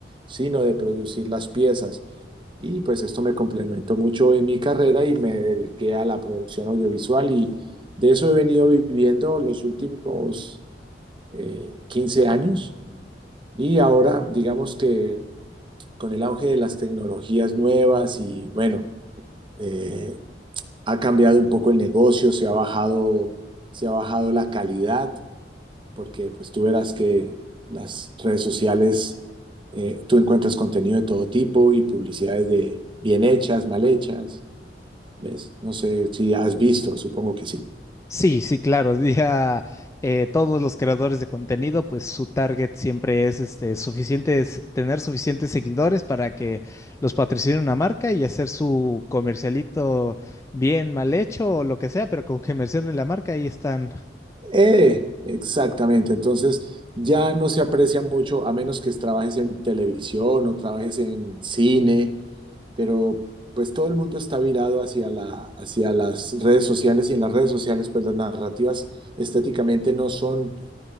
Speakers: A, on the right (about 30°); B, on the left (about 15°).
A: sino de producir las piezas. Y pues esto me complementó mucho en mi carrera y me dediqué a la producción audiovisual y de eso he venido viviendo los últimos eh, 15 años. Y ahora, digamos que con el auge de las tecnologías nuevas y bueno, eh, ha cambiado un poco el negocio, se ha bajado, se ha bajado la calidad, porque pues tú verás que las redes sociales, eh, tú encuentras contenido de todo tipo y publicidades de bien hechas, mal hechas, ¿ves? No sé si has visto, supongo que sí.
B: Sí, sí, claro. <laughs> Ya eh, todos los creadores de contenido, pues su target siempre es este, suficientes, tener suficientes seguidores para que los patrocine una marca y hacer su comercialito bien mal hecho o lo que sea, pero con que <laughs> mencionen la marca, ahí están.
A: Eh, exactamente, entonces ya no se aprecia mucho a menos que trabajes en televisión o trabajes en cine pero pues todo el mundo está virado hacia la, hacia las redes sociales y en las redes sociales pues las narrativas estéticamente no son,